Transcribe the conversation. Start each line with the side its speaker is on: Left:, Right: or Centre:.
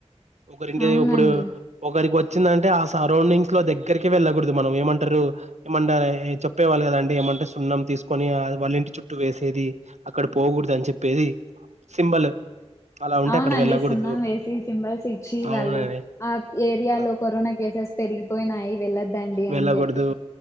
Right: ఒకరింటి
Left: అవునండి
Right: ఇప్పుడు ఒకరికి వచ్చ వచ్చిందంటే ఆ సరౌండింగ్స్ లో దగ్గరికి వెళ్ళకూడదు మనం ఏమంటారు ఏమ చె చెప్పవాలి కదండి ఏమంటే సున్నం తీసుకొని వాళ్ళ ఇంటి చుట్టూ వేసేది అక్కడ పోకూడదు అని చెప్పేది. సింబల్ అలా ఉంటే
Left: అవునండిస్తున్నాం
Right: అక్కడ వెళ్ళకూడదు
Left: వేసి సింబల్స్ ఇచ్చి
Right: అవునండి
Left: వాళ్ళు ఆ ఏరియాలో
Right: ఆ
Left: కరోనా కేసెస్. పెరిగిపోయినయి వెళ్ళద్దండి
Right: వెళ్ళకూడదు
Left: అని చెప్పి